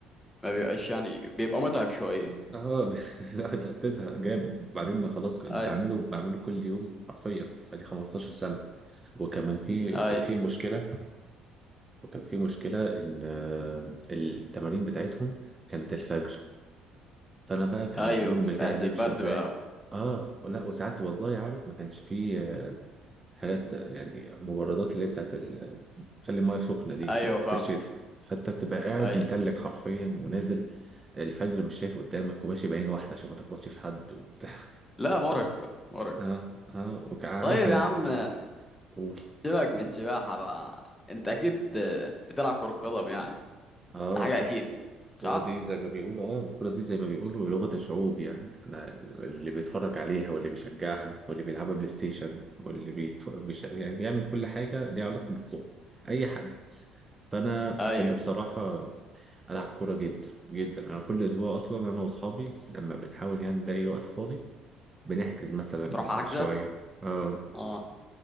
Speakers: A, on the left (about 15°); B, on the right (about 20°).
A: ما بيبقاش يعني بيبقى متعب شوية
B: ب- <laughs> لا لا، بتزهق جامد بعدين ما خلاص اللي
A: اي
B: بعمله بعمله كل يوم حرفيا بقالي 15 سنة وكمان في
A: اي
B: وكان في مشكلة وكان في مشكلة ان آه، التمارين بتاعتهم كانت الفجر فانا بقى كان
A: ايوه
B: اليوم بتاعي
A: في عز
B: بيمشي
A: البرد
B: ازاي
A: بقى و...
B: اه لا وساعات والله عارف ما كانش فيه آه، حاجات آه، يعني مبردات اللي هي بتاعت ال- خلي المايه سخنه دي
A: ايوه
B: في
A: فاهمك
B: في الشتاء فانت بتبقى قاعد
A: اي
B: متلج حرفيا ونازل الفجر مش شايف قدامك وماشي بعين واحده عشان ما تخبطش في حد وبتاع <laughs>
A: لا مرهقة مرهقة
B: اه اه وعارف
A: طيب
B: انا
A: يا عم
B: ك- قول
A: سيبك من السباحة بقى انت اكيد بتلعب كرة قدم يعني
B: اه
A: ده حاجة اكيد
B: الكورة
A: صح
B: دي زي ما بيقولوا اه الكورة دي زي ما بيقولوا لغة الشعوب يعني أنا اللي بيتفرج عليها واللي بيشجعها واللي بيلعبها بلاي ستيشن واللي بيت... بيش... يعني بيعمل كل حاجة ليها علاقة بالكورة أي حد فأنا بحب
A: ايوه
B: بصراحة ألعب كورة جدا جدا أنا كل أسبوع أصلا أنا وأصحابي لما بنحاول يعني نلاقي وقت فاضي بنحجز مثلا
A: بتروح حجزة
B: شوية اه
A: اه